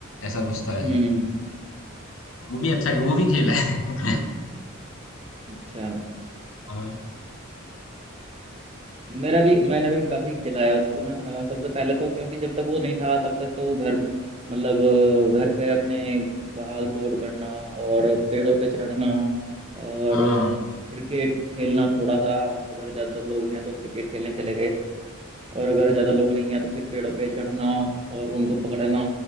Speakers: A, on the left (about 80°); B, on the right (about 30°).
A: ऐसा कुछ था ऐसा
B: हम्म
A: वो भी अच्छा वो भी खेल है <laughs>
B: अच्छा
A: हाँ
B: मेरा भी मैंने भी काफी खिलाया उसको ना अ, सबसे पहले तो क्योंकि जब तक वो नहीं था तब तक तो वो घर में मतलब अ, घर पे अपने भाग दौड़ करना और पेड़ों पे चढ़ना और
A: हाँ
B: क्रिकेट खेलना थोड़ा सा अगर ज्यादा लोग हैं तो क्रिकेट खेलने चले गए और अगर ज्यादा लोग नहीं है तो फिर पेड़ों पे चढ़ना और उनको पकड़ना